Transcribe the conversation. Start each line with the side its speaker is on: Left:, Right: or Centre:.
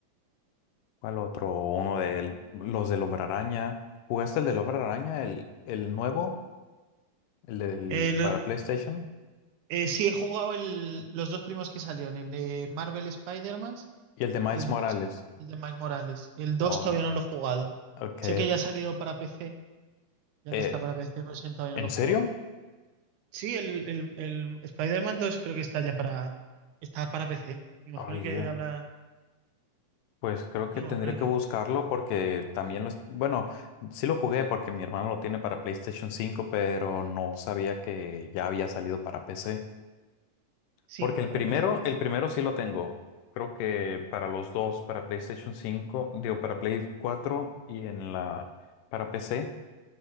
Left: ¿Cuál otro? Uno de los del Hombre Araña. ¿Jugaste el del Hombre Araña, el, el nuevo, el del
Right: Eh, lo-
Left: para PlayStation?
Right: eh, sí, he jugado el, los dos primos que salieron, el de Marvel Spider-Man
Left: Y el de Miles
Right: y el,
Left: Morales.
Right: Miles- el de Miles Morales. El dos
Left: Oh,
Right: todavía no lo he jugado.
Left: ok.
Right: Sé que ya ha salido para PC, ya
Left: Eh,
Right: que está para PC, pero ese todavía
Left: ¿en
Right: no lo he jugado.
Left: serio?
Right: Sí, el, el, el Spider-Man 2 creo que está ya para, está para PC. Me imagino
Left: Ay,
Right: que
Left: Dios.
Right: habrá,
Left: Pues creo que
Right: digamos,
Left: tendré
Right: creo
Left: que
Right: que
Left: buscarlo porque también lo... es- Bueno, sí lo jugué porque mi hermano lo tiene para PlayStation 5, pero no sabía que ya había salido para PC.
Right: sí,
Left: Porque el
Right: para
Left: primero,
Right: PC ya está.
Left: el primero sí lo tengo. Creo que para los dos, para PlayStation 5 digo, para Play 4 y en la, para PC,